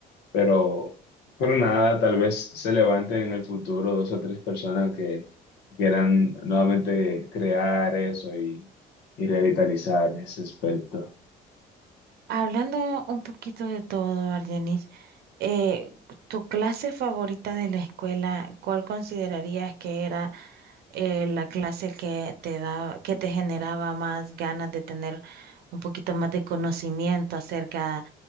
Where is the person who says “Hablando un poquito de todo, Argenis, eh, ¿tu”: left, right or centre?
Right